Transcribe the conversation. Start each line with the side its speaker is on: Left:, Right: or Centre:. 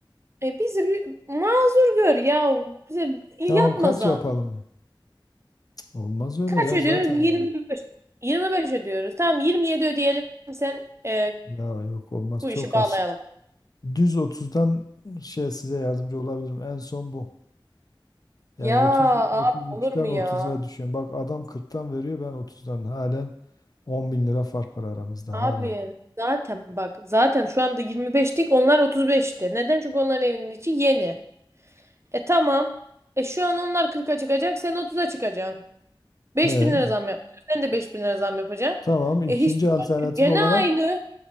Right: e, bizi bir mazur gör ya. Bize yapma
Left: Tamam kaç
Right: zam.
Left: yapalım? Cık, Olmaz öyle
Right: Kaç
Left: ya
Right: ödüyoruz?
Left: zaten.
Right: Yirmi beş. Yirmi beş ödüyoruz. Tamam 27 ödeyelim. Sen e,
Left: Ya yok olmaz
Right: bu
Left: çok
Right: işi bağlayalım.
Left: az. Düz 30'dan şey size yardımcı olabilirim. En son bu.
Right: Ya
Left: Yani 30 33'ten
Right: abi olur mu ya?
Left: 30'a düşüyorum. Bak adam 40'tan veriyor ben 30'dan halen 10 bin lira fark var aramızda
Right: Abi
Left: halen.
Right: zaten bak zaten şu anda 25'tik onlar 35'ti. Neden? Çünkü onların evinin içi yeni. E tamam. E şu an onlar 40'a çıkacak sen 30'a çıkacaksın. 5000
Left: He.
Right: lira zam yapacaksın. Sen de 5000 lira zam yapacaksın.
Left: Tamam ikinci
Right: E hiçbir
Left: alternatif
Right: fark yok. Gene
Left: olarak
Right: aynı.